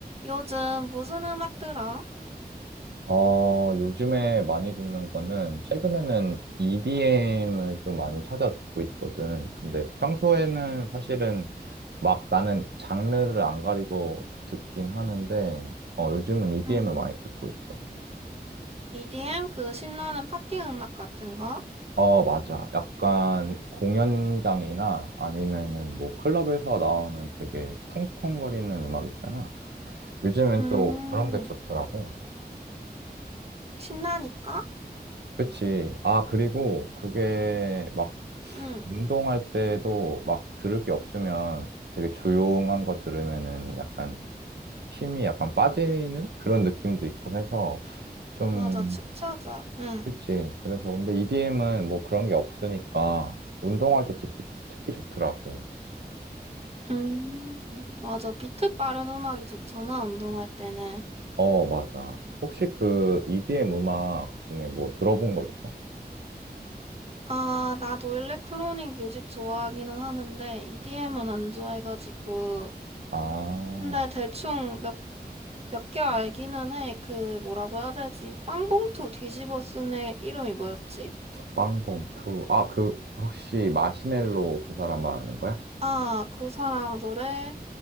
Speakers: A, on the right (about 40°); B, on the right (about 85°).
A: 요즘 무슨 음악 들어?
B: 어, 요즘에 많이 듣는 거는 최근에는 EDM을 좀 많이 찾아 듣고 있거든. 근데 평소에는 사실은 막 나는 장르를 안 가리고 듣긴 하는데, 어, 요즘은 EDM을
A: 음,
B: 많이 듣고 있어.
A: EDM 그 신나는 파티 음악 같은 거?
B: 어, 맞아. 약간 공연장이나 아니면은 뭐 클럽에서 나오는 되게 쿵쿵거리는 음악 있잖아. 요즘엔
A: 음,
B: 또 그런 게 좋더라고.
A: 신나니까?
B: 그치. 아, 그리고 그게 막
A: 응,
B: 운동할 때도 막 들을 게 없으면 되게 조용한 거 들으면은 약간 힘이 약간 빠지는 그런 느낌도 있고 해서 좀,
A: 맞아, 축 처져. 응,
B: 그치. 그래서 근데 EDM은 뭐 그런 게 없으니까 운동할 때 듣기 특히 좋더라고.
A: 음, 맞아, 비트 빠른 음악이 좋잖아, 운동할 때는.
B: 어, 맞아. 혹시 그 EDM 음악 중에 뭐 들어본 거 있어?
A: 아, 나도 일렉트로닉 뮤직 좋아하기는 하는데, EDM은 안 좋아해가지고.
B: 아,
A: 근데 대충 몇, 몇 개 알기는 해. 그, 뭐라고 해야 되지? 빵봉투 뒤집어 쓴애 이름이 뭐였지?
B: 빵봉투. 아, 그 혹시 마시멜로 그 사람 말하는 거야?
A: 아, 그 사람 노래.